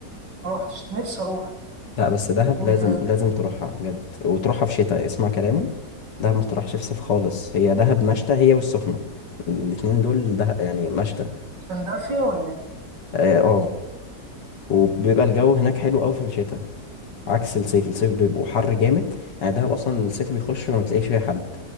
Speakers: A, on the right; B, on the left.
A: ما روحتش نفسي أروح
B: لا بس دهب
A: و-
B: لازم لازم تروحها بجد وتروحها في شتاء اسمع كلامي دهب ما تروحش في صيف خالص هي دهب مشتى هي والسخنة الاتنين دول ده يعني مشتى
A: كان دافية ولا إيه؟
B: اه آه. وبيبقى الجو هناك حلو قوي في الشتاء عكس الصيف الصيف بيبقوا حر جامد يعني دهب اصلا الصيف بيخش ما تلاقيش فيها حد